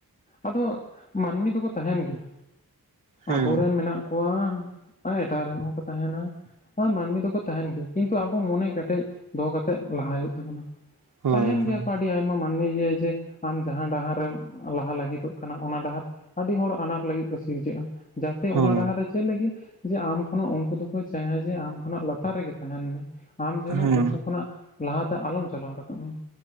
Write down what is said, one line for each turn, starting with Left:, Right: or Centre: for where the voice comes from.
Left: ᱟᱫᱚ ᱢᱟᱹᱱᱢᱤ ᱫᱚᱠᱚ ᱛᱟᱦᱮᱱ ᱜᱮᱭᱟ,
Right: ᱦᱮᱸ
Left: ᱟᱵᱚᱨᱮᱱ ᱢᱮᱱᱟᱜ ᱠᱚᱣᱟ ᱟᱨ ᱮᱴᱟᱜ ᱨᱮᱱ ᱦᱚᱸ ᱠᱚ ᱛᱟᱦᱮᱱᱟ ᱾ ᱦᱳᱭ, ᱢᱟᱹᱱᱢᱤ ᱫᱚᱠᱚ ᱛᱟᱦᱮᱱ ᱜᱮᱭᱟ ᱠᱤᱱᱛᱩ ᱟᱵᱚ ᱢᱚᱱᱮ ᱠᱮᱴᱮᱡ ᱫᱚᱦᱚ ᱠᱟᱛᱮᱜ ᱞᱟᱦᱟᱭ ᱦᱩᱭᱩᱜ ᱛᱟᱵᱚᱱᱟ᱾
Right: ᱦᱳᱭ
Left: ᱛᱟᱦᱮᱱ
Right: ᱦᱳᱭ
Left: ᱜᱮᱭᱟ ᱠᱚ ᱟᱹᱰᱤ ᱟᱭᱢᱟ ᱢᱟᱹᱱᱢᱤ ᱤᱭᱟᱹ ᱡᱮ ᱟᱢ ᱡᱟᱦᱟᱸ ᱰᱟᱦᱟᱨᱮᱢ ᱞᱟᱦᱟ ᱞᱟᱹᱜᱤᱛᱚᱜ ᱠᱟᱱᱟ ᱚᱱᱟ ᱰᱟᱦᱟᱨ ᱟᱹᱰᱤ ᱦᱚᱲ ᱟᱱᱟᱴ ᱞᱟᱹᱜᱤᱫ ᱠᱚ ᱥᱤᱨᱡᱟᱹᱜᱼᱟ ᱾ ᱡᱟᱛᱮ ᱚᱱᱟ
Right: ᱦᱳᱭ
Left: ᱰᱟᱦᱟᱨ ᱨᱮ ᱪᱮᱫ ᱞᱟᱹᱜᱤᱫ ᱡᱮ ᱟᱢ ᱠᱷᱚᱱᱟᱜ ᱩᱱᱠᱩ ᱫᱚ ᱪᱟᱦᱮ ᱡᱮ ᱟᱢ ᱠᱷᱚᱱᱟᱜ ᱞᱟᱛᱟᱨ ᱨᱮ ᱜᱮ ᱛᱟᱦᱮᱱ ᱢᱮ ᱟᱢ ᱡᱮᱱᱚ
Right: ᱦᱮᱸ
Left: ᱩᱱᱠᱩ ᱚᱱᱟ ᱞᱟᱦᱟ ᱛᱮ ᱟᱞᱚᱢ ᱪᱟᱞᱟᱣ ᱨᱟᱠᱟᱵ ᱟᱢ